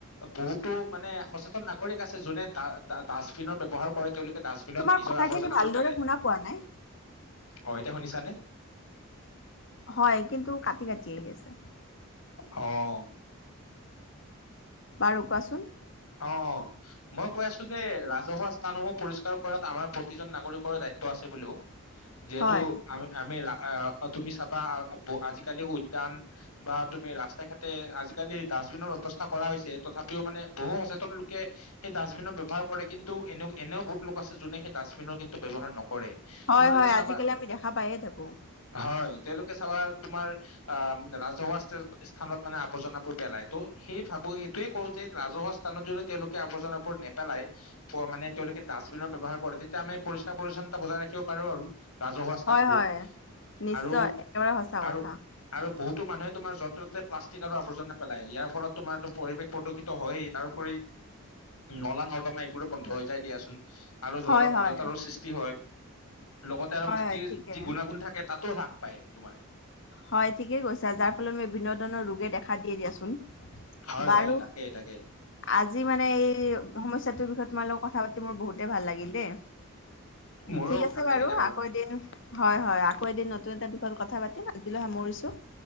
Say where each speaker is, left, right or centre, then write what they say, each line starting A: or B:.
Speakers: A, on the left; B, on the left.
A: বহুতো মানে সচেতন নাগৰিক আছে। জানো ডাষ্টবিনৰ ব্যৱহাৰ কৰে। তেওঁলোক ডাষ্টবিনত
B: তোমাৰ
A: নিজৰ
B: কথাখিনি
A: আৱৰ্জনাবোৰ
B: ভালদৰে
A: পেলায়।
B: শুনা পোৱা নাই
A: অ' এতিয়া শুনিছানে?
B: হয় কিন্তু কাটি কাটি আহি আছে।
A: অ'।
B: আৰু কোৱাচোন‌?
A: অ' অ' মই কৈ আছো যে ৰাজহুৱা স্থানসমূহ পৰিষ্কাৰ কৰাত আমাৰ প্ৰতিজন নাগৰিকৰৰে দায়িত্ব। আছে বুলিও যিহেতু
B: হয়
A: আমি আমি। অ' তুমি চাবা আজিকালি উদ্যান বা তুমি ৰাস্তা ঘাটে আজিকালি। ডাষ্টবিনৰ ব্যৱস্থা কৰা হৈছে। তথাপিও মানে বহু সচেতন লোকে সেই ডাষ্টবিনৰ ব্যৱহাৰ কৰে কিন্তু এনে এনেও বহুত লোক আছে। যোনে সেই ডাষ্টবিনৰ কিন্তু। ব্যৱহাৰ নকৰে।
B: হয়
A: তোমালোকে
B: হয়
A: চাবা
B: আজিকালি আমি দেখা পায়ে থাকো।
A: হয় তেওঁলোকে চাবা তোমাৰ আম ৰাজহুৱা স্থানত মানে আৱৰ্জনাবোৰ পেলাই ত' সেই ভাব এইটোয়ে কও যে, ৰাজহুৱা স্থানত যদি তেওঁলোকে আৱৰ্জনাবোৰ নেপেলাই মানে তেওঁলোকে ডাষ্টবিনৰ ব্যৱহাৰ কৰে তেতিয়া আমি প- পৰিষ্কাৰ পৰিচ্ছন্নতা বজাই ৰাখিব পাৰো আৰু ৰাজহুৱা স্থানবোৰ
B: হয় হয় নিশ্চয়
A: আৰু
B: একেবাৰে সঁচা
A: আৰু
B: কথা
A: আৰু বহুত টো মানুহে তোমাৰ যতে প্লষ্টিক আৰু আৱজনা পেলায় ইয়াৰ ফলত তোমাৰ পৰিৱেশ প্ৰদূষিত হয়েই তাৰোপৰি নলা নৰ্দমা এইবোৰো বন্ধ হৈ যায় দিয়াচোন আৰু
B: হয়
A: জলবদ্ধতাৰো
B: হয়
A: সৃষ্টি হয় লগতে আৰু
B: হয়
A: মাটিৰ
B: হয় ঠিকে
A: যি গুণাগুণ থাকে তাতো হ্ৰাস পায় তোমাৰ
B: হয় ঠিকে কৈছা যাৰ ফলত মই বিভিন্ন ধৰণৰ ৰোগে দেখা দিয়ে দিয়াচোন।
A: হয়
B: বাৰু
A: হয় তাকে তাকে
B: আজি মানে এই সমস্যাটোৰ বিষয়ে তোমাৰ লগত কথা পাতি মোৰ বহুতে ভাল লাগিল দেই।
A: মোৰো
B: ঠিক আছে
A: ভাল লাগিলে
B: বাৰু আকৌ এদিন হয় হয় আকৌ এদিন নতুন এটা বিষয়ত কথা পাতিম আজিলৈ সামৰিছো